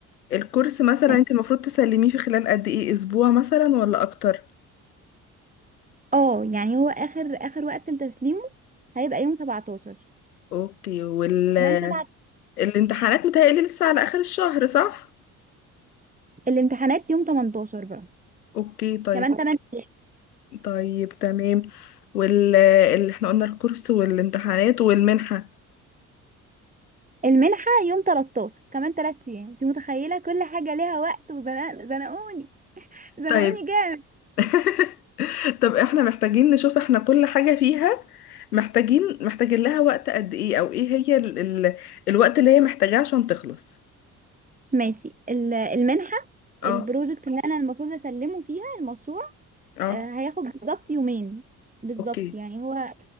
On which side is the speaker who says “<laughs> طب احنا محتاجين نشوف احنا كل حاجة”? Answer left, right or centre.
Left